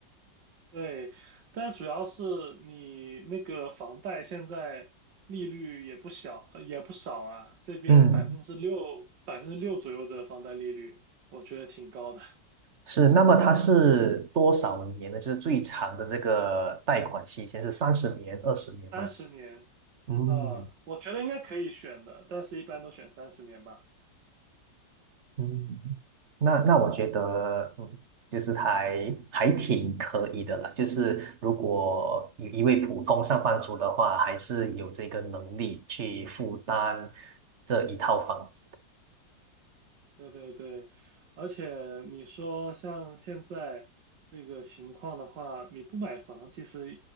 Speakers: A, on the right (about 80°); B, on the right (about 45°).
A: 对，但主要是你那个房贷现在利率也不小，呃也不少啊，这边百分之六百分之六左右的房贷利率，
B: 嗯。
A: 我觉得挺高的，
B: 是，那么它是多少年呢？就是最长的这个贷款期限是三十年、二十年吗？
A: 三十年，
B: 嗯
A: 呃，我觉得应该可以选的，但是一般都选三十年吧。
B: 嗯，那那我觉得，嗯，就是还还挺可以的啦。就是如果一一位普通上班族的话，还是有这个能力去负担这一套房子。
A: 对对对，而且你说像现在这个情况的话，你不买房其实